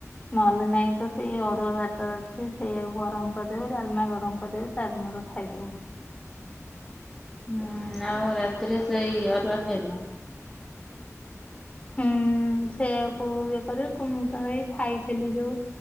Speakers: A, on the left; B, in the centre.
A: ନହେଲେ ନାଇଁ ତ ସେଇ ଅରୁଆ ଭାତ ଅଛି ସେଇଆକୁ ଗରମ କରିଦେବି ଡାଲମା ଗରମ କରିଦେବି। ତାର୍ ମୋର ଖାଇଦବୁ।
B: ହୁଁ-ଉ-ଉ-ଉ ଆଉ ରାତିରେ ସେଇ ଅରୁଆ ଖାଇବ?
A: ହୁଁ-ଉ-ଉ-ଉ ସେଇଆକୁ ଇଏ କରିବ କୁ ମୁଁ ତ ହେଇ ଖାଇଥିଲି ଯୋଉ